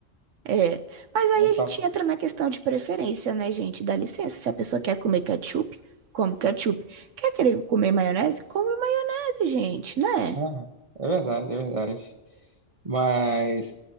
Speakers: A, on the right; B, on the right.
A: É, mas aí
B: Lá em São
A: a gente entra na questão de preferência, né, gente? Dá licença, se
B: Paulo.
A: a pessoa quer comer ketchup, come ketchup. Quer querer comer maionese? Come maionese, gente, né?
B: Aham. É verdade, é verdade. Mas,